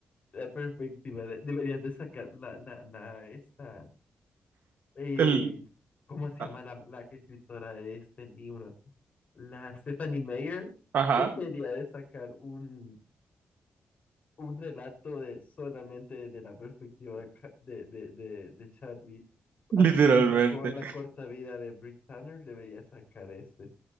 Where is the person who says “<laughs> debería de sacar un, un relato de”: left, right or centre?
Left